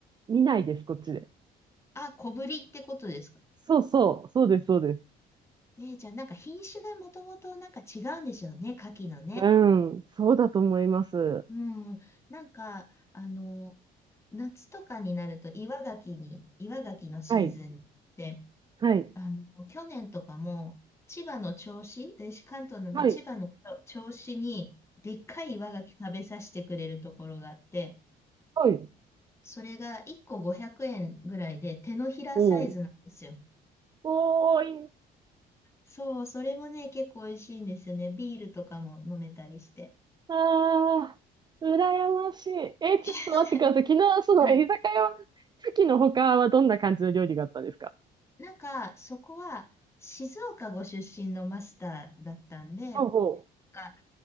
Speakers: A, on the right; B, on the left.
A: 見ないです、こっちで。
B: あ、小ぶりってことですか
A: そうそう、そうです、そうです。
B: えー、じゃあなんか品種がもともとなんか違うんでしょうね、牡蠣のね。
A: うん、そうだと思います。
B: うん。なんか、あの、夏とかになると岩牡蠣に、岩牡蠣のシーズンで、
A: はい、はい、
B: あの、去年とかも千葉の銚子、私関東なんで千葉の銚子にでっかい岩牡蠣食べさせてくれるところがあって、
A: はい、はい。
B: それが1個500円ぐらいで手のひらサイズなんですよ。
A: おー。おーい、
B: そう、それもね、結構美味しいんですよね。ビールとかも飲めたりして。
A: あー、羨ましい。えー、
B: <laughs>
A: ちょっと待ってください。昨日、その居酒屋は、
B: うん。
A: 牡蠣の他はどんな感じの料理があったんですか
B: なんか、そこは、静岡ご出身のマスターだったんで、
A: ほうほ
B: なんか、